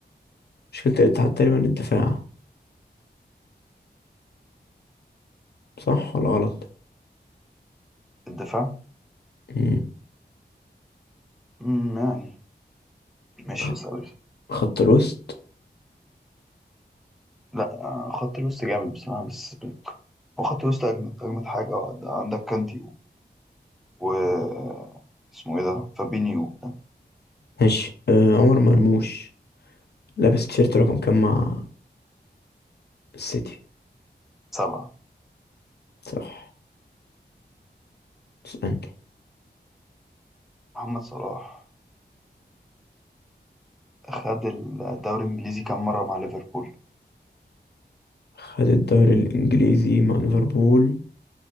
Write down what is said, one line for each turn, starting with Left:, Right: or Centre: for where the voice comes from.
Left: مشكلة الاتحاد تقريبا الدفاع صح ولا غلط؟
Centre: الدفاع
Left: مم.
Centre: مم، يعني ماشي
Left: خ-
Centre: يا سوري
Left: خط الوسط
Centre: لا آه خط الوسط جامد بصراحة بس هو خط الوسط أجمد أجمد حاجة آه، ده عندك كانتي و و- اسمه إيه ده فابينيو
Left: ماشي آه عمر مرموش لابس تيشيرت رقم كام مع السيتي
Centre: سبعة
Left: صح اسألني
Centre: محمد صلاح خد الدوري الإنجليزي كام مرة مع ليفربول
Left: خد الدوري الإنجليزي مع ليفربول